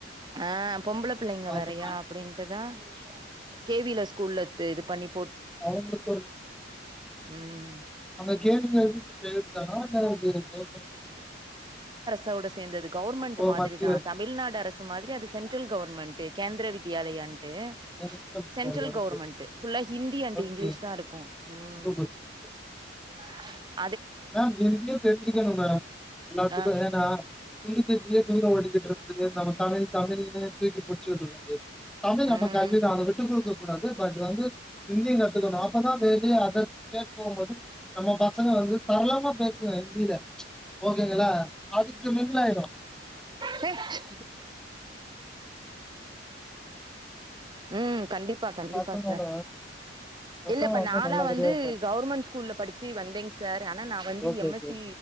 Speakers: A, on the right; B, in the centre.
A: அ பொம்பள பிள்ளைங்க
B: இல்லையா
A: வேறயா
B: அது
A: அப்டின்ட்டுதா கேவில ஸ் கூல்லத்து இது பண்ணிப்
B: அவங்களுக்கு ஒரு
A: ம்
B: அந்த கேமிங்க எதுத்து பேசு தானா இல்ல <unintelligible>
A: தவுடஸ் சேர்ந்தது கவர்மெண்ட்
B: ஓ
A: மாதிரி
B: மத்திய
A: தா
B: அரசு
A: தமிழ்நாடு அரசு மாதிரி அது சென்ட்ரல் கவர்மெண்டே கேந்திர வித்தியாலயாண்ட்டு
B: ஓகே
A: சென்ட்ரல் கவர்மெண்ட் புல்லா ஹிந்தி அண்ட்
B: ஓகே
A: இங்கிலீஷ் தா இருக்கு உம்
B: சூப்பர் சூப்பர்
A: <unintelligible>
B: மேம் எங்கயோ பேசிகிட்டே இருந்த மேடம் எல்லாத்துக்கு
A: ஆ
B: <unintelligible> இன்னு ஓடிக்கிட்டுற்கு <unintelligible> தமிழ்ழே தூக்கி புடிச்சுட்டு இருக்க முடியாது தமிழ் நம்ம
A: ம்
B: கல்விதான விட்டுக் கொடுக்க கூடாது பட் வந்து இந்தியு கத்துக்கணு அப்பதா வெளிய அதர் ஸ்டேட் போகும்போது நம்ம பசங்க வந்து சரலமா பேசுவே இந்தில ஓகேங்களா அதுக்கு மே ஃபுல்லாயிடு
A: ஹச் ம் கண்டிப் ப்பா கண்டிப்பா
B: பசங்கள
A: சார்
B: பசங்க
A: இல்லப்ப நானா
B: நல்லபடியா
A: வந்து
B: பாத்து
A: கவர்மெண்ட் ஸ்கூல்ல படிச்சு வந்தேங்க சார் ஆனா நா வந்து
B: okay
A: M
B: okay
A: S C